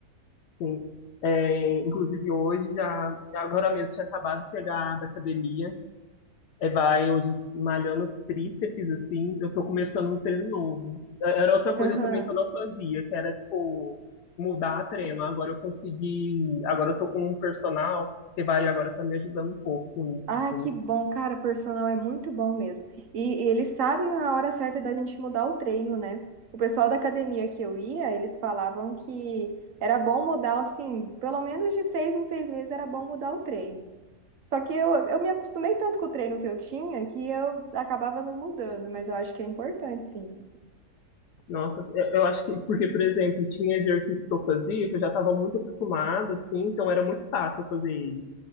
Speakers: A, on the left; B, on the right.
A: Sim. É, inclusive hoje, já, agora mesmo, tinha acabado de chegar da academia, é, vai hoje malhando tríceps, assim, eu tô começando um treino novo. É, Era outra coisa
B: Aham.
A: também que eu não fazia, que era, tipo, mudar treino. Agora eu consegui, agora eu tô com um personal que vai agora tá me ajudando um pouco com isso,
B: Ai,
A: assim.
B: que bom, cara, personal é muito bom mesmo. E, e eles sabem a hora certa da gente mudar o treino, né? O pessoal da academia que eu ia, eles falavam que era bom mudar, assim, pelo menos de seis em seis meses era bom mudar o treino. Só que eu, eu me acostumei tanto com o treino que eu tinha que eu acabava não mudando, mas eu acho que é importante, sim.
A: Nossa, eu, eu acho que, porque, por exemplo, tinha exercícios que eu fazia, que eu já estava muito acostumado, assim, então era muito fácil eu fazer